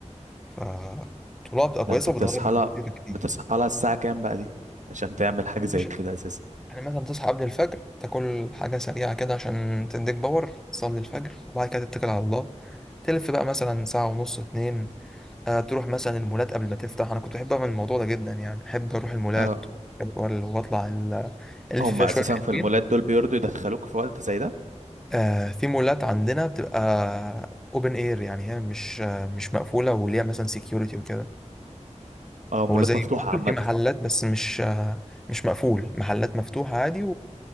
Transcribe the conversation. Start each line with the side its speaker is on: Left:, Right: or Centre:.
Centre: فالطلوع بتبقى كويسة
Right: ده انت بتصحى
Centre: وبتغير من
Right: لها
Centre: كتير كتير
Right: بتصحى لها الساعة كام بقى دي عشان تعمل حاجة
Centre: دي
Right: زي
Centre: مش
Right: كده اساسا
Centre: يعني مثلا تصحى قبل الفجر تاكل حاجة سريعة كده عشان تديك باور تصلي الفجر وبعد كده تتكل على الله تلف بقى مثلا ساعة ونص اتنين آه تروح مثلا المولات قبل ما تفتح أنا كنت بحب أعمل الموضوع ده جدا يعني بحب أروح المولات
Right: اه
Centre: وأحب- وأطلع ال- ألف
Right: هم
Centre: فيها
Right: اساسا
Centre: شوية حلوين
Right: في المولات دول بيرضوا يدخلوك في وقت زي ده
Centre: آه في مولات عندنا بتبقى اوبن اير يعني هي مش آه مش مقفولة وليها مثلا سكيورتي وكده
Right: اه مولات
Centre: هو زي
Right: مفتوحة عامة
Centre: مول في محلات بس مش آه مش مقفول محلات مفتوحة عادي